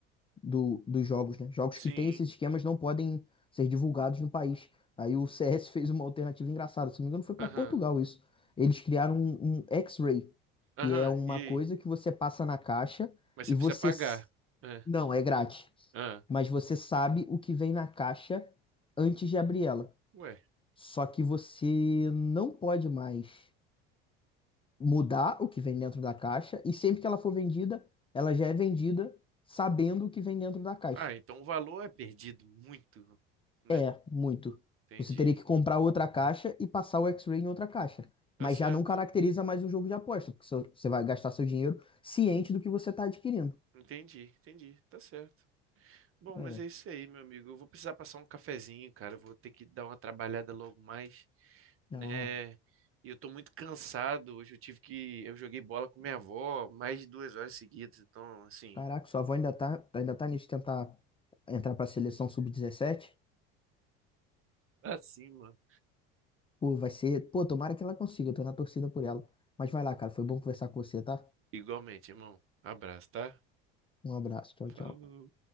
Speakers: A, on the left; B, on the right.
A: do- dos jogos, né? Jogos
B: Sim.
A: que têm esses esquemas não podem ser divulgados no país. Aí o <laughs> CS fez uma alternativa engraçada, se não me engano, foi para
B: Aham.
A: Portugal isso. Eles criaram um, um X-Ray,
B: Aham.
A: que é uma
B: E aí?
A: coisa que você passa na caixa
B: Mas
A: e
B: você precisa
A: você
B: pagar.
A: s-
B: Ah,
A: não, é grátis.
B: ah.
A: Mas você sabe o que vem na caixa antes de abrir ela.
B: Ué.
A: Só que você não pode mais mudar o que vem dentro da caixa. E sempre que ela for vendida, ela já é vendida sabendo o que vem dentro da caixa.
B: Ah, então o valor é perdido muito, né?
A: É, muito.
B: Entendi.
A: Você teria que comprar outra caixa e passar o X-Ray em outra caixa.
B: Tá
A: Mas
B: certo.
A: já não caracteriza mais um jogo de aposta, porque seu- você vai gastar seu dinheiro ciente do que você está adquirindo.
B: Entendi, entendi. Tá certo. Bom,
A: É.
B: mas é isso aí, meu amigo. Eu vou precisar passar um cafezinho, cara. Eu vou ter que dar uma trabalhada logo mais, né?
A: Ah.
B: E eu tô muito cansado. Hoje eu tive que. Eu joguei bola com minha avó mais de duas horas seguidas. Então, assim,
A: Caraca, sua avó ainda tá, ainda tá nisso de tentar entrar pra seleção sub dezessete.
B: tá assim, mano.
A: Pô, vai ser. Pô, tomara que ela consiga, eu tô na torcida por ela. Mas vai lá, cara, foi bom conversar com você, tá?
B: Igualmente, irmão. Abraço, tá?
A: Um abraço, tchau, tchau.
B: Falou.